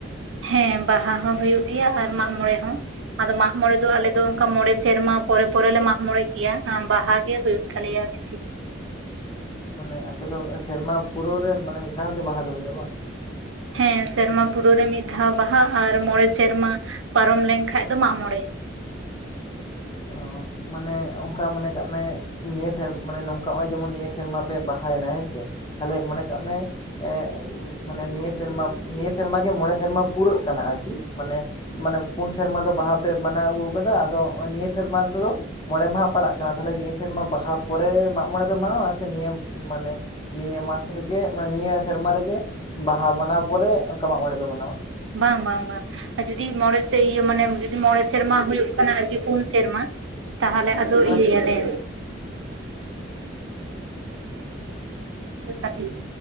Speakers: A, on the right (about 80°); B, on the left (about 25°).
A: ᱦᱮᱸ ᱵᱟᱦᱟ ᱦᱚᱸ ᱦᱳᱭᱳᱜ ᱜᱮᱭᱟ ᱟᱨ ᱢᱟᱜ ᱢᱚᱸᱬᱮ ᱦᱚᱸ᱾ ᱟᱫᱚ ᱢᱟᱜ ᱢᱚᱲᱮ ᱫᱚ ᱟᱞᱮ ᱫᱚ ᱚᱱᱠᱟ ᱢᱚᱲᱮ ᱥᱮᱨᱢᱟ ᱯᱚᱨᱮ ᱯᱚᱨᱮ ᱞᱮ ᱢᱟᱜ ᱢᱚᱲᱮᱜ ᱜᱮᱭᱟ ᱵᱟᱦᱟᱜ ᱜᱮ ᱦᱩᱭᱩᱜ-ᱟ᱾ <unintelligible>
B: ᱢᱟᱱᱮ ᱟᱯᱮᱫᱚ ᱥᱮᱨᱢᱟ ᱯᱩᱨᱟᱹᱣ ᱨᱮ ᱢᱟᱱᱮ ᱢᱤᱫ ᱫᱷᱟᱣ ᱜᱮ ᱵᱟᱦᱟ ᱫᱚ ᱦᱩᱭᱩᱜ-ᱟ ᱵᱟᱝ?
A: ᱦᱮᱸ ᱥᱮᱨᱢᱟ ᱯᱩᱨᱟᱹᱣ ᱨᱮ ᱢᱤᱫ ᱫᱷᱟᱣ ᱵᱟᱦᱟ ᱟᱨ ᱢᱚᱬᱮ ᱥᱮᱨᱢᱟ ᱯᱟᱨᱚᱢ ᱞᱮᱱᱠᱷᱟᱡ ᱫᱚ ᱢᱟᱜ ᱢᱚᱬᱮ᱾ <inaudible>
B: ᱚ ᱢᱟᱱᱮ ᱚᱱᱠᱟ ᱢᱚᱱᱮ ᱠᱟᱜ ᱢᱮ ᱱᱤᱭᱟᱹ ᱥᱮᱨᱢᱟ ᱢᱟᱱᱮ ᱱᱚᱝᱠᱟ ᱱᱚᱜ-ᱚᱭ ᱡᱮᱢᱚᱱ ᱱᱤᱭᱟᱹ ᱥᱮᱨᱢᱟ ᱯᱮ ᱵᱟᱦᱟᱭ ᱱᱟ ᱦᱮᱸ ᱥᱮᱼᱼ ᱛᱟᱞᱦᱮ ᱢᱚᱱᱮ ᱠᱟᱜ ᱢᱮ ᱮᱸᱼᱼ ᱢᱟᱱᱮ ᱱᱤᱭᱟᱹ ᱥᱮᱨᱢᱟ ᱱᱤᱭᱟᱹ ᱥᱮᱨᱢᱟ ᱜᱮ ᱢᱚᱸᱬᱮ ᱥᱮᱨᱢᱟ ᱯᱩᱨᱟᱹᱜ ᱠᱟᱱᱟ ᱟᱨᱠᱤ, ᱢᱟᱱᱮᱼᱼ ᱢᱟᱱᱮ ᱯᱩᱱ ᱥᱮᱨᱢᱟ ᱫᱚ ᱵᱟᱦᱟ ᱯᱮ ᱢᱟᱱᱟᱣ ᱟᱹᱜᱩᱣ ᱠᱟᱫᱟ ᱟᱫᱚ ᱱᱤᱭᱟᱹ ᱥᱮᱨᱢᱟ ᱨᱮᱫᱚᱼᱼ ᱢᱚᱬᱮ ᱢᱟᱦᱟ ᱯᱟᱲᱟᱜ ᱠᱟᱱᱟ ᱛᱟᱦᱞᱮ ᱱᱤᱭᱟᱹ ᱥᱮᱨᱢᱟ ᱵᱟᱦᱟ ᱯᱚᱨᱮ ᱢᱟᱜ ᱢᱚᱬᱮ ᱯᱮ ᱢᱟᱱᱟᱣᱟ? ᱥᱮ ᱱᱤᱭᱟᱹ ᱢᱟᱱᱮᱼᱼ ᱱᱤᱭᱟᱹ ᱢᱟᱥ ᱨᱮᱜᱮ ᱢᱟᱱᱮ ᱱᱤᱭᱟᱹ ᱥᱮᱨᱢᱟ ᱨᱮᱜᱮ ᱵᱟᱦᱟ ᱢᱟᱱᱟᱣ ᱯᱚᱨᱮ ᱚᱱᱠᱟ ᱢᱟᱜ ᱢᱚᱬᱮ ᱯᱮ ᱢᱟᱱᱟᱣᱟ?
A: ᱵᱟᱝ-ᱵᱟᱝ-ᱵᱟᱝ ᱟᱨ ᱡᱩᱫᱤ ᱢᱚᱬᱮ ᱥᱮ ᱤᱭᱟᱹ ᱢᱟᱱᱮ ᱡᱩᱫᱤ ᱢᱚᱬᱮ ᱥᱮᱨᱢᱟ ᱦᱩᱭᱩᱜ ᱠᱟᱱᱟ ᱯᱩᱱ ᱥᱮᱨᱢᱟ ᱛᱟᱦᱚᱞᱮᱼᱼ ᱛᱚ
B: ᱢᱟᱱᱮ
A: ᱤᱭᱟᱹᱭᱟᱞᱮ ᱥᱟᱴᱤ